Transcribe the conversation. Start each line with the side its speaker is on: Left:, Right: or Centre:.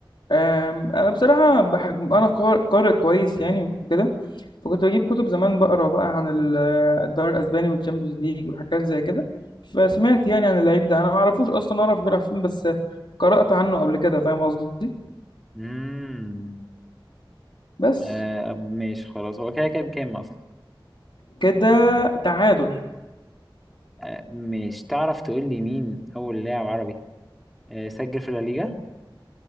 Left: آه انا بصراحة بحب انا قار- قارئ كويس يعني وكده فكنت بجيب كتب زمان بقرا بقى عن ال- الدوري الاسباني والتشامبيونز ليج والحاجات زي كده فسمعت يعني عن اللعيب ده انا ما اعرفوش اصلا اعرف بيلعب فين بس قرأت عنه قبل كده فاهم قصدي
Centre: امم
Left: بس
Centre: آه ماشي خلاص هو كده كده بكام اصلا
Left: كده تعادل
Centre: آه مش تعرف تقول لي مين اول لاعب عربي آه سجل في الليجا